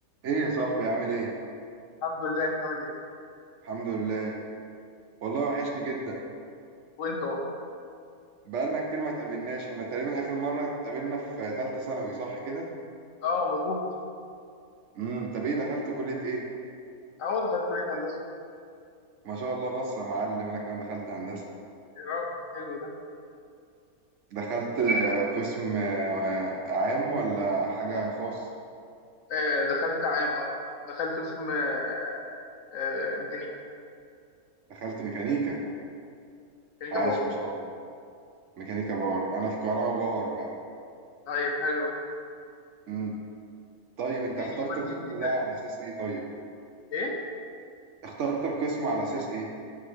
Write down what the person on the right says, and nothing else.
ايه يا صاحبي عامل ايه؟
الحمد لله والله وحشني جدا
بقالنا كتير ما اتقابلناش احنا تقريبا اخر مرة اتقابلنا في تالتة ثانوي صح كده؟
امم طب ايه دخلت كلية ايه؟
ما شاء الله بس يا معلم انا كمان دخلت هندسة
دخلت آه، قسم آه، عام ولا حاجة خاص؟
دخلت ميكانيكا
عاش
ما شاء الله ميكانيكا باور انا في كهرباء باور بقى
امم طيب انت
اخترت
القسم
ده على اساس ايه طيب؟
اخترت القسم على اساس ايه؟